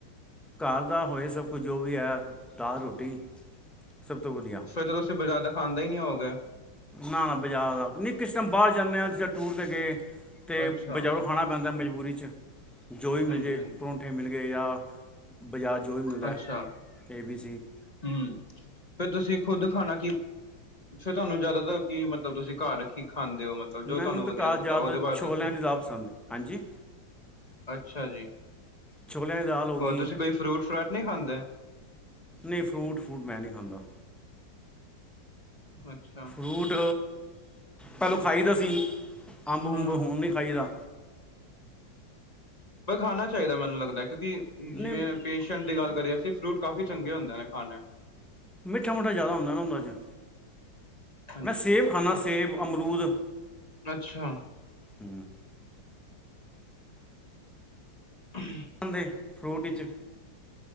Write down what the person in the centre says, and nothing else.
ਘਰ ਦਾ ਹੋਏ ਸਭ ਕੁਝ ਜੋ ਵੀ ਹੈ ਦਾਲ ਰੋਟੀ ਸਭ ਤੋਂ ਵਧੀਆ
ਨਾ-ਨਾ ਬਜ਼ਾਰ ਦਾ ਨਹੀਂ ਕਿਸੇ ਟਾਇਮ ਬਾਹਰ ਜਾਨੇ ਹਾਂ ਜਿੱਸ ਤਰ੍ਹਾਂ ਟੂਰ ਤੇ ਗਏ ਤੇ
ਬਜ਼ਾਰੋਂ ਖਾਣਾ ਪੈਂਦਾ ਮਜ਼ਬੂਰੀ 'ਚ ਜੋ ਵੀ ਮਿਲ
ਜਏ ਪਰੋਂਠੇ ਮਿਲ ਗਏ ਯਾ ਬਜ਼ਾਰ ਜੋ ਵੀ ਮਿਲਦਾ।
ਕੇ ਬੀ ਸੀ
ਮੈਨੂੰ
ਤਾਂ
ਘਰ
ਜ਼ਿਆਦਾ
ਛੋਲਿਆਂ
ਦੀ ਦਾਲ ਪਸੰਦ ਹਾਂਜੀ
ਛੋਲਿਆਂ ਦੀ ਦਾਲ। ਹੋ ਗਈ
ਨਹੀਂ ਫਰੂਟ - ਫਰੂਟ ਮੈਂ ਨਹੀਂ ਖਾਂਦਾ।
ਫਰੂਟ ਪਹਿਲੋਂ ਖਾਈਦਾ ਸੀ। ਅੰਬ - ਉੰਬ
ਹੂੱਣ ਨਹੀਂ। ਚਾਹੀਦਾ।
ਨਹੀਂ
ਮਿੱਠਾ - ਮੂੱਠਾ ਜ਼ਿਆਦਾ ਹੁੰਦਾ ਨਾ। ਉਹਨਾ ਚ
ਮੈਂ ਸੇਬ ਖਾਨਾ ਸੇਬ ਅਮਰੂਦ।
ਹਮ।
ਦੇ ਫਰੂਟ ਵਿੱਚ।